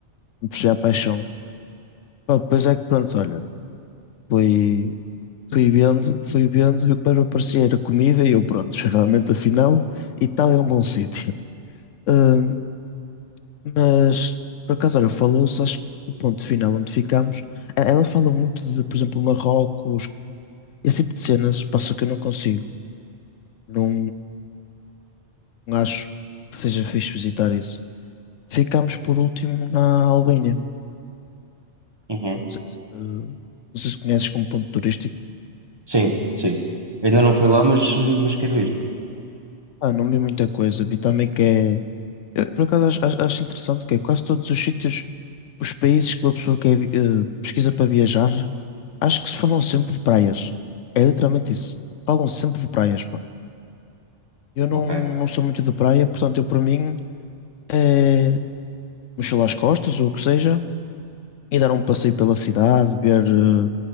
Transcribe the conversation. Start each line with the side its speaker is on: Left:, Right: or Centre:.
Left: não percebia a paixão. Pá, depois é que pronto, olha, fui, fui vendo, fui vendo, e o que mais me aparecia era comida e eu pronto, <laughs> realmente afinal, Itália é um bom sítio. Ahm, mas por acaso, olha, falou-se, acho que o ponto final onde ficámos, e- ela fala muito de, por exemplo, Marrocos, esse tipo de cenas, passa que eu não consigo. Não, não acho que seja fixe visitar isso. Ficámos por último na Albânia. Não
Right: uhum.
Left: sei se, eh, não sei se conheces como ponto turístico.
Right: Sim, sim. Ainda não fui lá, mas, eh, mas quero ir.
Left: Ah, não vi muita coisa. Vi também que é. eu, por acaso acho, acho- acho interessante que é quase todos os sítios, os países que uma pessoa quer, vi- eh, pesquisa para viajar, acho que se falam sempre de praias. É literalmente isso. Falam sempre de praias, pá. Eu não,
Right: Ok.
Left: não sou muito de praia, portanto, eu para mim é mochila às costas ou o que seja E dar um passeio pela cidade, ver, eh,